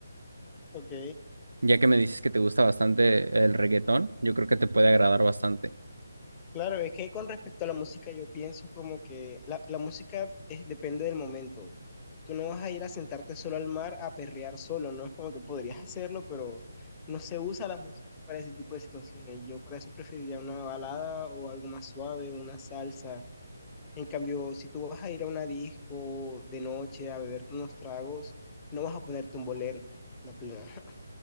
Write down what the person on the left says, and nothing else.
ok.
Claro, es que con respecto a la música, yo pienso como que la, la música es- depende del momento. Tú no vas a ir a sentarte solo al mar a perrear solo, no es como que podrías hacerlo, pero no se usa la música para ese tipo de situaciones. Yo para eso preferiría una balada o algo más suave, una salsa. En cambio, si tú vas a ir a una disco de noche a beberte unos tragos, no vas a ponerte un bolero, la plena. <laughs>